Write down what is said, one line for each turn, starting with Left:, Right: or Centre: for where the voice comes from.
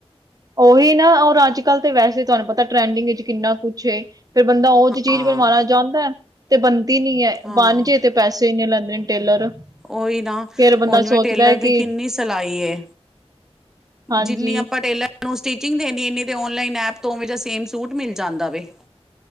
Right: ਉਹੀ ਨਾ ਔਰ ਅੱਜ-ਕੱਲ੍ਹ ਤਾਂ ਵੈਸੇ ਤੁਹਾਨੂੰ ਪਤਾ ਟਰੈਂਡਿੰਗ ਵਿੱਚ ਕਿੰਨਾ ਕੁਛ ਏ ਫੇਰ ਬੰਦਾ ਉਹ ਜੀ ਚੀਜ਼
Centre: ਹਾਂ
Right: ਬਣਵਾਉਣਾ ਚਾਹੁੰਦਾ ਐ ਤੇ ਬਣਦੀ ਨੀ ਏ,
Centre: ਹਾਂ
Right: ਬਣ ਜੇ ਤੇ ਪੈਸੇ ਇੰਨੇ ਲੈਂਦੇ ਨੇ ਟੇਲਰ
Centre: ਉਹੀ ਨਾ
Right: ਫੇਰ ਬੰਦਾ
Centre: ਹੁਣ ਜਿਵੇਂ
Right: ਸੋਚਦਾ
Centre: ਟੇਲਰ
Right: ਹੈ
Centre: ਦੀ
Right: ਕਿ
Centre: ਕਿੰਨੀ ਸਿਲਾਈ ਏ
Right: ਹਾਂਜੀ
Centre: ਜਿੰਨੀ ਆਪਾਂ ਟੇਲਰ ਨੂੰ ਸਟਿਚਿੰਗ ਦੇਣੀ ਇਨੀ ਤੇ ਔਨਲਾਈਨ ਐਪ ਤੋਂ ਉਵੇਂ ਜਾਂ ਸੇਮ ਸੂਟ ਮਿਲ ਜਾਂਦਾ ਵੇ